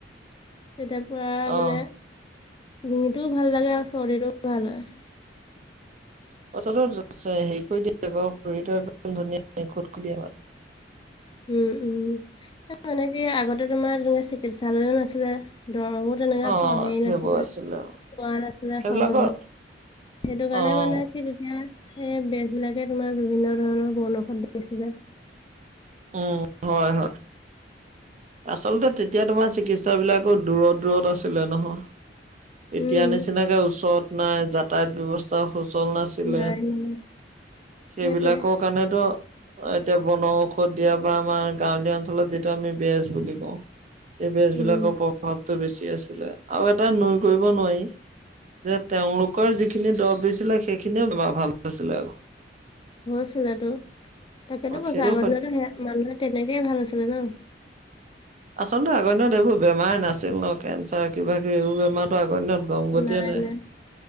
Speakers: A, on the left; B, on the right.
A: <inaudible> তেতিয়া পুৰা
B: অ',
A: মানে ডিঙিটোও ভাল লাগে, আৰু চৰ্দিটোও ভাল হয়। <unintelligible>
B: <unintelligible> <inaudible>
A: উম-উম! মানে কি আগতে তোমাৰ তেনে চিকিৎসালয়ো নাছিলে, দৰবো <inaudible> তেনেকা <unintelligible>
B: অ',
A: হেৰি
B: সেইবোৰ
A: নাছিলে,
B: আছিলে অ',
A: পোৱা নাছিলে
B: সেইবিলাকৰ
A: সহজত। সেইটো কাৰণে
B: অ',
A: মানে কি, তেতিয়া <inaudible> সেই বেজবিলাকে তোমাৰ বিভিন্ন ধৰণৰ বন ঔষধ দিছিলে। <unintelligible>
B: উম! হয়-হয়। <unintelligible> আচলতে তেতিয়া তোমাৰ চিকিৎসা বিলাকো দূৰত-দূৰত আছিলে নহয়। <inaudible>
A: উম,
B: এতিয়া নিচিনাকে ওচৰত নাই, যাতায়ত ব্যৱস্থ <inaudible> <unintelligible> সুচল নাছিলে,
A: নাই মানে
B: সেইবিলাকক
A: সেইটোৱে
B: কাৰণেতো এতিয়া বনৌ <inaudible> <unintelligible> দিয়া বা আমাৰ গাঁৱলীয়া অঞ্চলত যিটো আমি বেজ বুলি কওঁ, এই বেজ
A: উম।
B: বিলাকৰ ভাৱটো বেছি আছিলে, আৰু এটা নুই কৰিব নোৱাৰি। <inaudible> যে তেওঁলোকৰ যিখিনি দৰব দিছিলে সেইখিনিয়েও বেমাৰ ভাল হৈছিলে আকৌ। <inaudible>
A: হৈছিলেতো, তাকেতো কৈছো
B: সেইটো
A: আগৰ
B: সত্য
A: দিনতো সেয়া মানুহে তেনেকেই ভাল হৈছিলে ন। <inaudible>
B: আচলতে আগৰ দিনত এইবোৰ বেমাৰ নাছিল ন, কেঞ্চাৰ কিবাকিবি এইবোৰ বেমাৰতো আগত দিনত <unintelligible>
A: নাই-নাই।
B: নাই